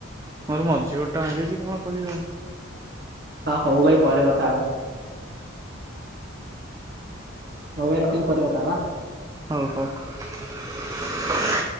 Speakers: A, on the right; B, on the right.
A: ମୋର ମଝି ଗୋଟ ଟା ଭାଙ୍ଗିଛି କଣ କରିବ ଆଉ।
B: ହଁ ହଉ ଭାଇ ପରେ କଥା ହେବା। ହଉ ଭାଇ ରଖୁଛି ପରେ କଥା ହେବା ଆଁ
A: ହଉ ହଉ,